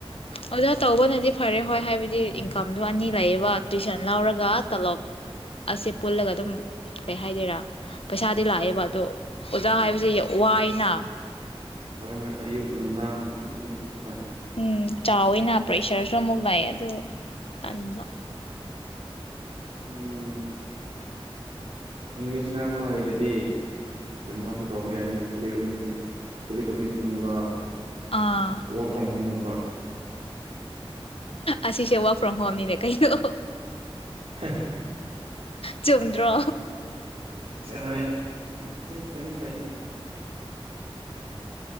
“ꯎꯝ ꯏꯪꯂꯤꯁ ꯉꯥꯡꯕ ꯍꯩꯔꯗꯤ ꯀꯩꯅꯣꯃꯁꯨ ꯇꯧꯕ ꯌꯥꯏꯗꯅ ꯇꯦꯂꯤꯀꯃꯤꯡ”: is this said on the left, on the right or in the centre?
Right